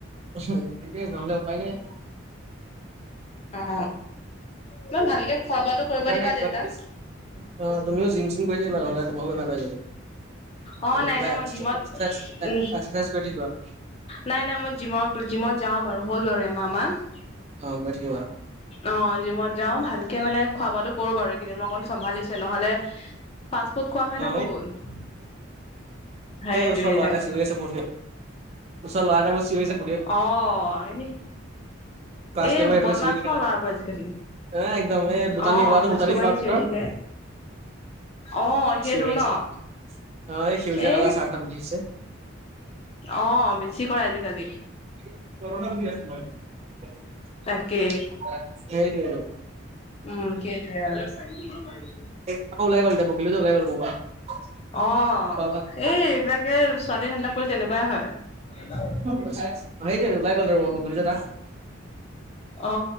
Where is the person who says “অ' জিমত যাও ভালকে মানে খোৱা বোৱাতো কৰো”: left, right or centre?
Left